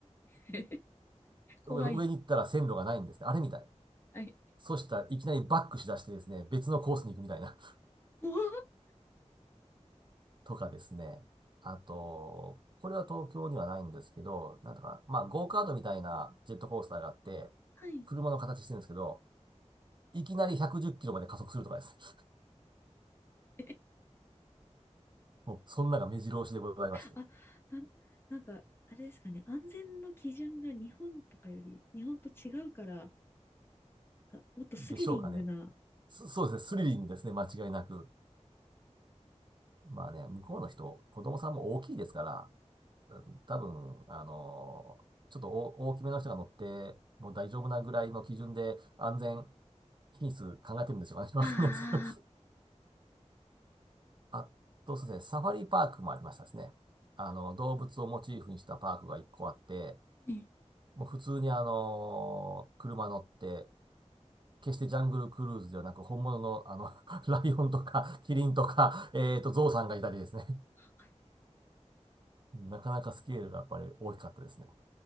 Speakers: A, on the left; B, on the right.
A: <laughs> 怖い。
B: 上に行ったら線路がないんですね。あれみたいな。
A: はい。
B: そしたらいきなりバックしだしてですね、別のコースに行くみたいな。<laughs>
A: 怖っ
B: とかですね。あと、これは東京にはないんですけど、なんだか、まあ、ゴーカートみたいなジェットコースターがあって、
A: はい。
B: 車の形してるんですけど、いきなり110キロまで加速するとかですね。
A: <laughs>
B: <laughs> もう、そんなが目白押しでございまして。
A: あなん、なんか、あれですかね。安全の基準が日本とかより、日本と違うから、がもっとスリリングな、
B: でしょうかね。そそうですね、スリリングですね、間違いなく。まあね、向こうの人、子供さんも大きいですから、多分、あのちょっと大大きめの人が乗って、もう大丈夫なぐらいの基準で安全品質考えてるんでしょうかね。<laughs> わかんないですけど。
A: あ
B: あと、そうですね、サファリパークもありましたですね。あの、
A: あ。
B: 動物をモチーフにしたパークが一個あって、
A: はい。
B: もう普通にあの車乗って、決してジャングルクルーズではなく、本物のあの、<laughs> ライオンとか、キリンとか、えっと、ゾウさんがいたりですね。
A: はい
B: <laughs> なかなかスケールがやっぱり大きかったですね。